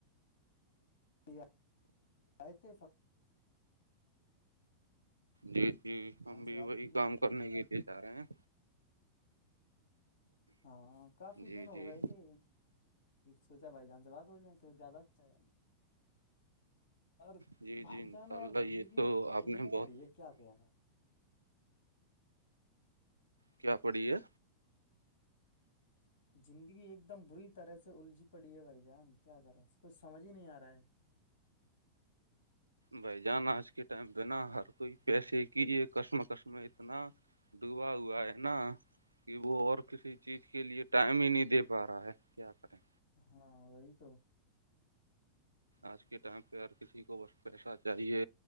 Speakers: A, on the left; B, on the right.
A: یہ آئے تھ
B: جی جی ہم بھی
A: بات
B: وہی
A: کی جائے
B: کام کرنے کے لیے جا رہے ہیں
A: ہاں کافی
B: جی
A: دن ہو
B: جی
A: گئے تھے سوچا بھائی جان سے بات ہو جائیں تو زیادہ اچھا ہے یار ار
B: جی
A: بھائی
B: جی انشاء
A: جان
B: اللہ
A: یار زندگی
B: یہ تو آپ
A: الجھی
B: نے
A: پڑی
B: بہت
A: ہے کیا کیا ہے
B: کیا پڑی ہے
A: <inaudible> زندگی ایک دم بری طرح سے الجھی پڑی ہے بھائی جان کیا کریں کچھ سمجھ ہی نہیں آ رہا ہے
B: بھائی جان آج کے ٹائم بنا ہر کوئی پیسے کی یہ کسم کسم اتنا ڈوبا ہوا ہے نا کہ وہ اور کسی چیز کے لیے ٹائم ہی نہیں دے پا رہا ہے کیا کریں
A: ہاں وہی تو
B: آج کے ٹائم پہ ہگر کسی کو بس پیسہ چاہیے